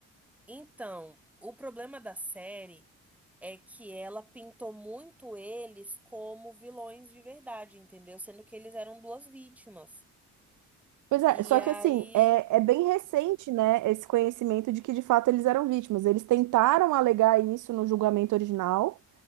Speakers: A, in the centre; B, on the right.
A: Então, o problema da série é que ela pintou muito eles como vilões de verdade, entendeu? Sendo que eles eram duas vítimas.
B: Pois é, só
A: E aí,
B: que assim, é, é bem recente, né, esse conhecimento de que de fato eles eram vítimas. Eles tentaram alegar isso no julgamento original,